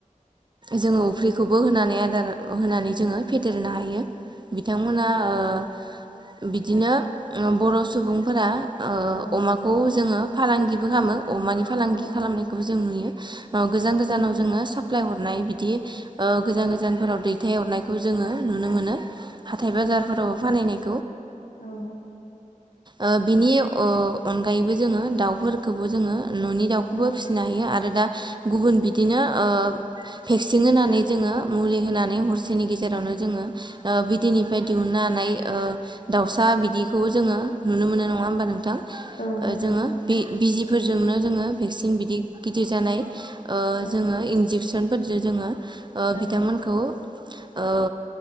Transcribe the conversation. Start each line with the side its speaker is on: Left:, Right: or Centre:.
Right: जोङो अफ्रिखौबो होनानै आदार होनानै जोङो फेदेरनो हायो। बिथांमोना ओ बिदिनो बर' सुबुंफोरा ओ
Left: औ
Right: अमाखौ जोङो फालांगिबो खालामो अमानि फालांगि
Left: औ
Right: खालामनायखौबो जों नुयो। गोजान
Left: औ
Right: गोजानाव
Left: नंगौ
Right: जोङो साप्लाय हर हाबनाय बिदि ओ गोजान
Left: औ
Right: गोजानफोराव दैथायहरनाय खौ जोङो नुनो मोनो। हाथाय
Left: औ
Right: बाजारफोरावबो फानहैनाय
Left: औ
Right: ओ बिनि उ अनगायैबो जोङो दाउफोरखौबो जोङो न'नि दाउखौबो
Left: औ
Right: फिसिनो हायो आरो दा गुबुन बिदिनो ओ भेक्सिन होनानै जोङो मुलि होनानै हरसेनि गेजे जेरावनो जोङो ओ बिदैनिफ्राय दिहुननो हानाय ओ दाउसा बिदिखौ जोङो नुनो मोनो नङा होमबा नोंथां
Left: औ नंगौ
Right: जोङो
Left: नोंथां
Right: बि-बिजि फोरजोंनो जोङो भेक्सिन बिदि गिदिर जानाय
Left: औ
Right: ओ
Left: औ
Right: जोङो इन्जेकसन फोरजों जोङो ओ
Left: औ
Right: बिथांमोनखौ ओ